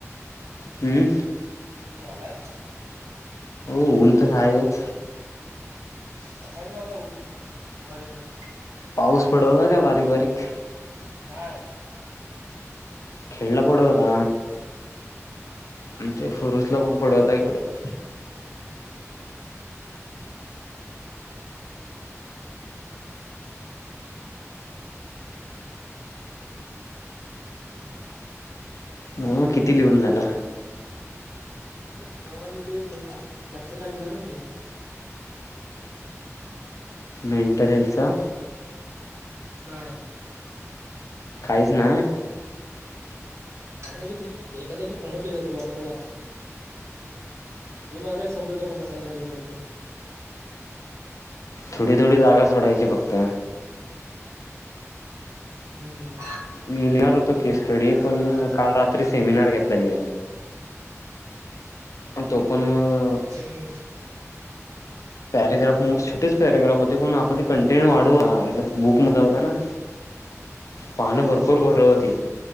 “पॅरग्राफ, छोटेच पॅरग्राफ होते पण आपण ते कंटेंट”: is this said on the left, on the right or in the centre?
Left